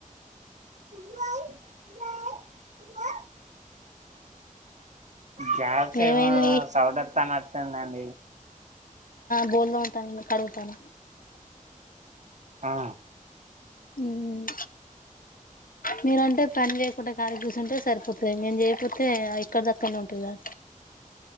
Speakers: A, on the right; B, on the left.
A: న గ్యాస్
B: ఏమైంది
A: ఏమో సౌదత్ తనా ఇస్తాదండి
B: బోల్ తొవుతాన కడుగుతాన
A: ఆ
B: ఉమ్ మీరంటే పని చేయకుండా కాలిగా చేయకుంటే సరిపోతుంది మేము చేయకపోతే అయ్ క్కడ దక్కన్ నే ఉంటదిగా